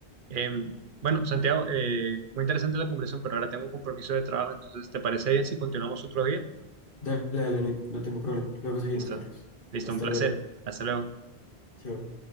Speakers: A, on the right; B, on the left.
A: Em, bueno, Santiago, eh, muy interesante la conversación, pero ahora tengo un compromiso de trabajo, entonces, ¿te parece bien si continuamos otro día?
B: Dale, dale, no, no tengo problema. Luego seguimos,
A: Listo.
B: Carlos.
A: Listo,
B: Hasta
A: un placer.
B: luego.
A: Hasta luego.
B: Chao.